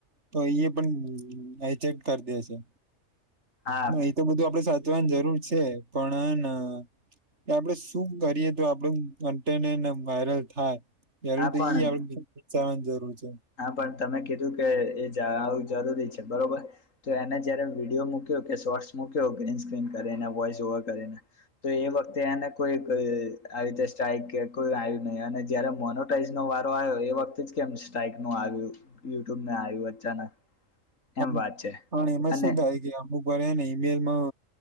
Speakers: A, on the right; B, on the left.
A: તો એ પણ આચેક કરી દે છે
B: હા
A: એ તો બધું આપડે જવાની જરૂર છે પણ હન આપડે શું કરીએ તો આપ પણ આમ તેમ એમ વાયરલ થાય
B: હા
A: તો <unintelligible>
B: પણ
A: આપ વિચારવાની જરૂર છે
B: હા, પણ તમે કીધું કે એ જણાવુ જરૂરી છે, બરોબર તો એને જયારે વિડીયો મૂક્યો કે શોર્ટસ <unintelligible> કરે વોઈસ ઓવર કરેને તો એ વખતે આમાં કોઈ રીતે સ્ટાઈક કોઈ આવ્યું નહી અને જયારે મોનોટાઈઝ નો વારો આવ્યો એ વખતે જ કેમ ટાઈપ નું આવ્યું યુટ્યુબને આવ્યું અચાનક
A: પણ
B: એમ વાત છે
A: પણ એમાં
B: અને
A: શું થાય કે અમુક પણ એના ઈમેલમાં